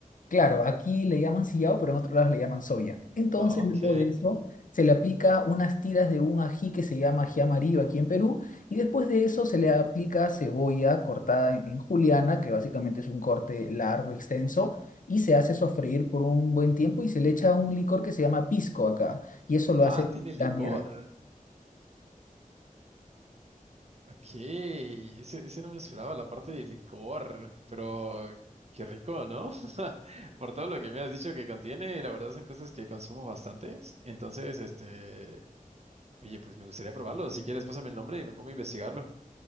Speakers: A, on the left (about 65°); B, on the right (about 50°).
A: Claro, aquí le llaman sillao, pero en otros lados le llaman soya. Entonces,
B: Oh,
A: luego
B: Ok.
A: de eso, se le aplica unas tiras de un ají que se llama ají amarillo aquí en Perú, y después de eso se le aplica cebolla cortada en, en juliana, que básicamente es un corte largo, extenso, y se hace sofreír por un buen tiempo y se le echa un licor que se llama pisco acá, y eso lo
B: Ah,
A: hace
B: tiene licor.
A: flamear.
B: Ok. Ese, ese no me esperaba, la parte de licor. Pero qué rico, ¿no? <laughs> Por todo lo que me has dicho que contiene, la verdad son cosas que consumo bastantes. Entonces, este, oye, pues me gustaría probarlo. Si quieres, pásame el nombre y me pongo a investigarlo.